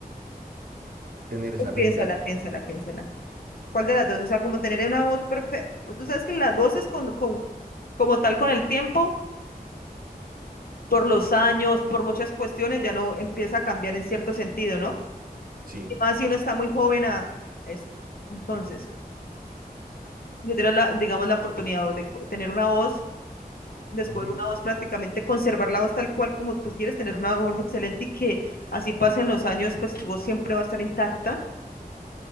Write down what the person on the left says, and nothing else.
Pues
piénsala, piénsala, piénsala. ¿Cuál de las dos? O sea, como tener una voz perfecta. Tú sabes que las voces con, con, como tal con el tiempo, por los años, por muchas cuestiones, ya no empieza a cambiar en cierto sentido, ¿no?
Y más si uno está muy joven a eso. Entonces, yo tengo la, digamos, la oportunidad o de co- tener una voz, descubrir
una voz prácticamente, conservar la voz tal cual como tú quieres, tener una voz excelente y que así pasen los años, pues tu voz siempre va a estar intacta